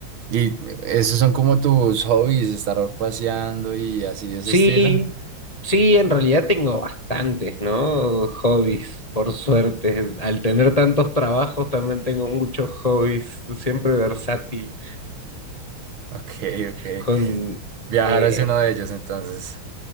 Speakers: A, on the right; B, on the left.
A: ¿Y esos son como tus hobbies, estar paseando y así de ese
B: Sí,
A: estilo? <laughs>
B: sí, en realidad tengo bastantes, ¿no? Hobbies, por suerte. Al tener tantos trabajos también tengo muchos hobbies, siempre versátil,
A: Ok, ok.
B: con
A: Viajar
B: eh,
A: es uno de ellos, entonces.